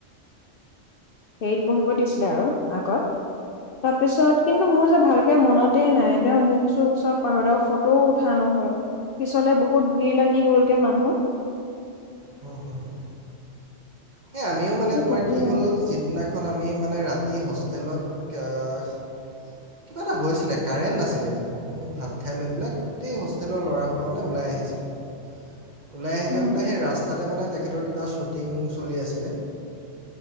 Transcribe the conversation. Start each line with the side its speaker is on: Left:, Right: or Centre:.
Left: হেৰিত বহিব দিছিলে আৰু আগত। তাৰপিছত, কিন্তু মোৰ যে ভালকে মনতেই নাই। তেওঁ মোক চুক চব পাহলেও - ত উঠা নহ'ল, পিছলে বহুত ভিৰ লাগি গ'ল কে মানুহ।
Right: হয়, হয়। সে আমিও মানে
Left: সেই
Right: তোমাৰ
Left: তেতিয়াই।
Right: কি হ'ল! যিদিনাখন আমি মানে ৰাতি হোষ্টেলত আ- কিবা এটা হৈছিলে কাৰেণ্ট নাছিলে এই ভাত খাই লৈ পেলাই গোটেই হোষ্টেলৰ ল'ৰা হোপা মানে ওলাই আহিছিলো। <inaudible> ওলাই আহি
Left: উম,
Right: লৈ পেলাই সেই ৰাস্তাতে মানে তেখেতৰ কিবা শ্বুটিং চলি আছিলে।